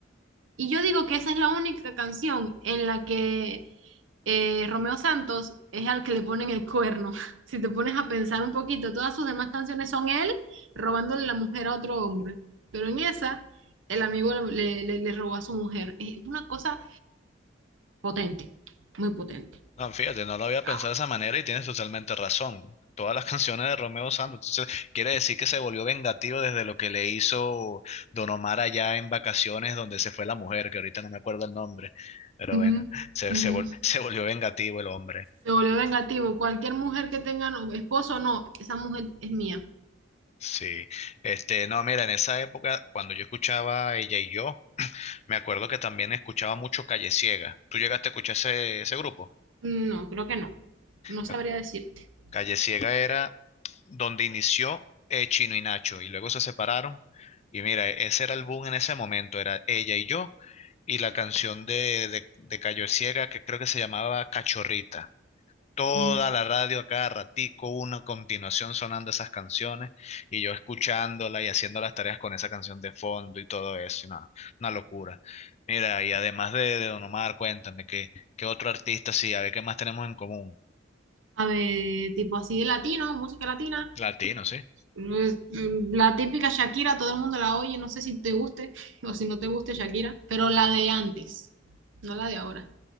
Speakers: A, on the right; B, on the left.
A: Y yo digo que esa es la única canción en la que eh, Romeo Santos es al que le ponen el cuerno. <laughs> Si te pones a pensar un poquito, todas sus demás canciones son él robándole la mujer a otro hombre. Pero en esa, el amigo le, le, le robó a su mujer. Es una cosa potente, muy potente.
B: No, fíjate, no lo había
A: Ah,
B: pensado de esa manera y tienes totalmente razón. Todas las <laughs> canciones de Romeo Santos. Entonces, quiere decir que se volvió vengativo desde lo que le hizo Don Omar allá en vacaciones donde se fue la mujer, que ahorita no me acuerdo el nombre, pero
A: uh
B: bueno,
A: -huh,
B: se, se,
A: uh -huh.
B: vol- <laughs> se volvió vengativo el hombre.
A: Se volvió vengativo. Cualquier mujer que tenga no, esposo, no, esa mujer es mía.
B: Sí. Este, no, mira, en esa época, cuando yo escuchaba Ella y yo, <clears throat> me acuerdo que también escuchaba mucho Calle Ciega. ¿Tú llegaste a escuchar ese, ese grupo?
A: Mm, No, creo que no. No
B: Ca-
A: sabría decirte.
B: Calle Ciega era donde inició eh, Chino y Nacho y luego se separaron. Y mira, ese era el boom en ese momento, era ella y yo y la canción de, de, de Cayo Ciega que creo que se llamaba Cachorrita. Toda
A: Mm.
B: la radio a cada ratico, una continuación sonando esas canciones y yo escuchándola y haciendo las tareas con esa canción de fondo y todo eso, y nada, una locura. Mira, y además de, de Don Omar, cuéntame, ¿qué, qué otro artista sí? A ver, ¿qué más tenemos en común?
A: A ver, tipo así de latino, música latina.
B: Latino, sí.
A: Pues, La típica Shakira, todo el mundo la oye, no sé si te guste o si no te guste Shakira, pero la de antes, no la de ahora.